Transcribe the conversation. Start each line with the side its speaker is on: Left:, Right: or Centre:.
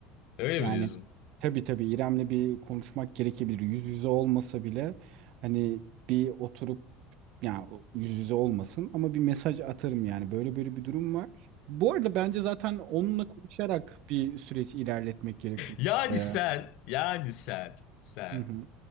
Left: Öyle
Right: Yani
Left: mi diyorsun?
Right: tabii tabii İrem'le bir konuşmak gerekebilir. Yüz yüze olmasa bile hani bir oturup yani o- yüz yüze olmasın ama bir mesaj atarım yani. Böyle böyle bir durum var. Bu arada bence zaten onunla konuşarak bir süreç ilerletmek gerekiyor
Left: Yani
Right: burada
Left: sen,
Right: ya.
Left: yani sen, sen
Right: Hı hı.